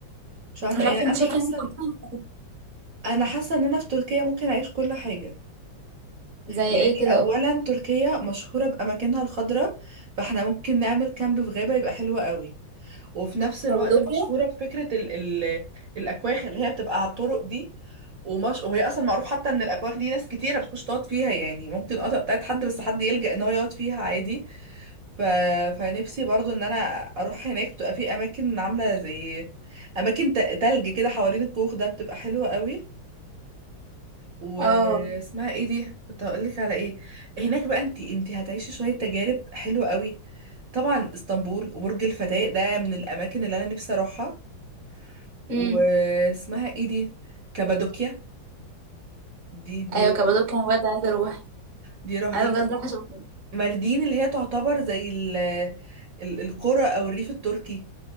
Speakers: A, on the right; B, on the right.
A: مش عارفه
B: مش
A: يعني
B: عارفة انت
A: انا
B: شايفة
A: حاسه
B: ان أنا اصلا
A: انا حاسه ان انا في تركيا ممكن اعيش كل حاجه
B: زي
A: يعني
B: ايه كده
A: اولا
B: قولي
A: تركيا مشهوره باماكنها الخضراء فاحنا ممكن نعمل كامب في غابه يبقى حلو قوي وفي نفس الوقت
B: كابادوكيا
A: مشهوره بفكره ال ال الاكواخ اللي هي بتبقى على الطرق دي ومش وهي اصلا معروف حتى ان الاكواخ دي ناس كتيره بتخش تقعد فيها يعني ممكن قطع بتاعت حد بس حد يلجأ ان هو يقعد فيها عادي ف... فنفسي برضو ان انا اروح هناك بتبقى في اماكن عامله زي اماكن ت- تلج كده حوالين الكوخ ده بتبقى حلوه قوي واسمها
B: اه
A: ايه دي كنت هقول لك على ايه هناك بقى انتي انتي هتعيشي شويه تجارب حلوه قوي طبعا اسطنبول وبرج الفتاة ده من الاماكن اللي انا نفسي اروحها
B: امم
A: واسمها ايه دي كابادوكيا دي دي
B: ايوه كابادوكيا انا بجد عايزة اروح
A: دي رهيبه
B: انا بجد رايحة اشوفها
A: ماردين اللي هي تعتبر زي ال ال- القرى او الريف التركي